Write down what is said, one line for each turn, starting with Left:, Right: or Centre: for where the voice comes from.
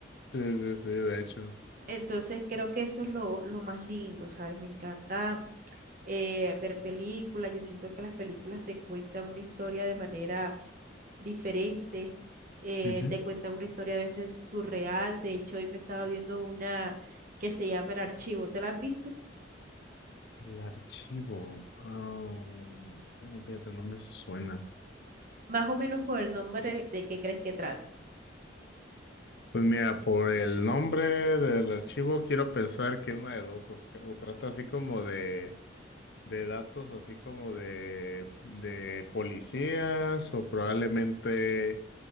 Left: Sí, sí, sí, de hecho.
Right: Entonces creo que eso es lo, lo más lindo, ¿sabes? Me encanta eh, ver películas, yo siento que las películas te cuentan una historia de manera diferente, eh,
Left: Ujú.
Right: te cuentan una historia a veces surreal, de hecho hoy me estaba viendo una que se llama El Archivo, ¿te la has visto?
Left: El archivo. ah, bueno, fíjate, no me suena.
Right: Más o menos con el nombre de qué crees que trate.
Left: Pues mira, por el nombre del archivo quiero pensar que una de dos, o, o trata así como de, de datos, así como de, de policías, o probablemente